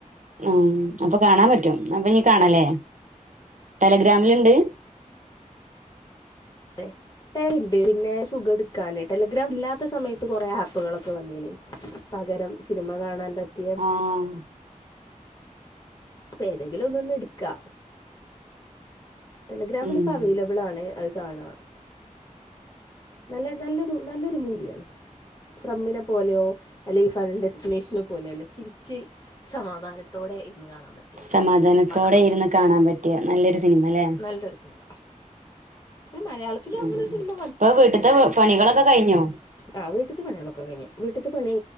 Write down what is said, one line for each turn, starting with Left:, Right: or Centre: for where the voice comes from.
Right: ഉം അപ്പൊ കാണാൻ പറ്റും അപ്പൊ ഞ്ഞി കാണാലേ
Left: അതെ
Right: ടെലഗ്രാമില്ണ്ട്
Left: <unintelligible> ഉണ്ട് പിന്നെ സുഖം എടുക്കാന് ടെലഗ്രാം ഇല്ലാത്ത സമയത്ത് കൊറെേ ആപ്പുകളൊക്കെ വന്നേന് പകരം സിനിമ കാണാൻ പറ്റിയ
Right: ആഹ്
Left: അപ്പൊ ഏതെങ്കിലും ഒന്ന് ഒന്നു എടുക്ക ടെലഗ്രാമിൽ
Right: ഉം
Left: ഇപ്പൊ അവൈലബിൾ ആണ് അത് കാണാം നല്ല നല്ലൊരു നല്ലൊരു മൂവിയാണ് ഫ്രമ്മിനെ പോലെയോ അല്ലെങ്കിൽ ഫനൽ ഡെസ്റ്റിനേഷനെ പോലെയൊ അല്ല ചിരിച്ച് സമാധാനത്തോടെ ഇരുന്ന് കാണാൻ പറ്റിയ ഒരു
Right: സമാധാനത്തോടെ
Left: പടം
Right: ഇരുന്ന് കാണാൻ പറ്റിയ നല്ലൊരു സിനിമ അല്ലേ
Left: നല്ലൊരു സിനിമ പിന്നെ മലയാളത്തിലും
Right: ഉം
Left: അങ്ങനെ ഒരു സിനിമ
Right: ഇപ്പൊ വീട്ടത്തെ പണികളൊക്കെ കഴിഞ്ഞൊ
Left: ആഹ് വീട്ട്ത്ത പണികളൊക്കെ കഴിഞ്ഞു വീട്ട് ത്തെ പണി